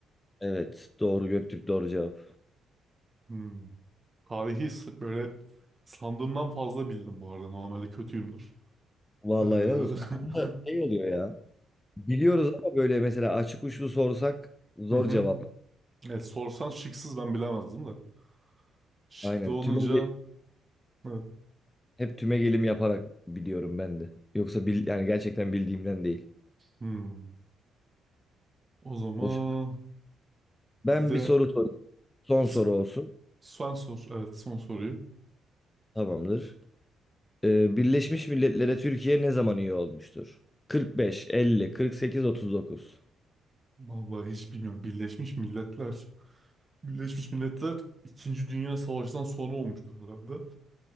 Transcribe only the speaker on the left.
Evet, doğru Göktürk doğru cevap.
Vallahi
helal olsun. Aslında şey oluyor ya. Biliyoruz ama böyle mesela açık uçlu sorsak zor
cevaplar.
Aynen.
Tümü
Hep tümegelim yaparak biliyorum ben de. Yoksa bil, yani gerçekten bildiğimden değil.
Hoş. Ben
bir soru sorayım. Son
soru olsun.
Tamamdır. Ee, Birleşmiş Milletler'e Türkiye ne zaman üye olmuştur? 45, 50, 48, 39.